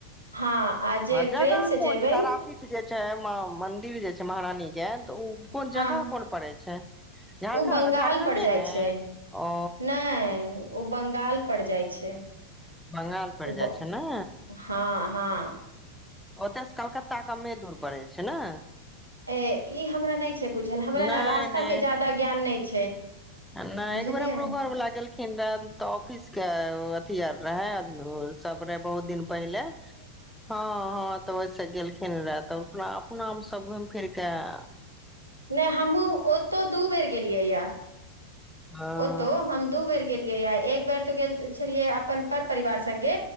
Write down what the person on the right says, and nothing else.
हँ आ जे
ट्रेन से
जेबै
हँ
ओ बंगाल
पड़ जाइ
छै
नहि ओ बंगाल पर जाइ छै
ओ
हँ हँ
ए ई हमरा नहि छै बुझल हमरा
ने रास्ता
के जाददा ज्ञान नहि छै
बुझलियै
नहि हमहूँ ओतो दू बेर गेलियै यए
ओतो हम दू बेर गेलियै एक बेर तो गेल छलियै अपन पर परिवार संगे